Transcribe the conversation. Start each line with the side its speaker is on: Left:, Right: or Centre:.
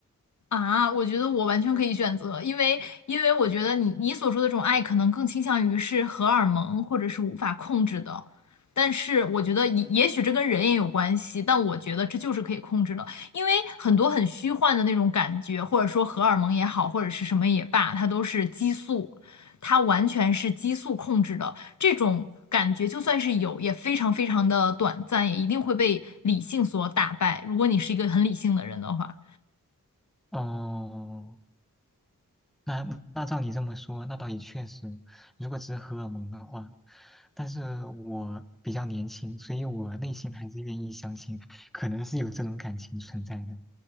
Left: 啊，我觉得我完全可以选择，因为因为我觉得你你所说的这种爱，可能更倾向于是荷尔蒙或者是无法控制的，但是我觉得也也许这跟人也有关系，但我觉得这就是可以控制的，因为很多很虚幻的那种感觉，或者说荷尔蒙也好，或者是什么也罢，它都是激素，它完全是激素控制的，这种感觉就算是有，也非常非常的短暂，也一定会被理性所打败，如果你是一个很理性的人的话。
Centre: 哦，那那照你这么说，那倒也确实，如果只是荷尔蒙的话，但是我比较年轻，所以我内心还是愿意相信，可能是有这种感情存在的。